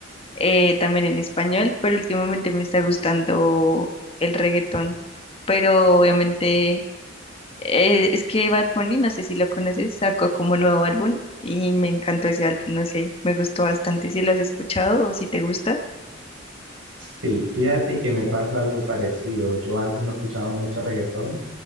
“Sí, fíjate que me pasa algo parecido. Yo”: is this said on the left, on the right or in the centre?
Right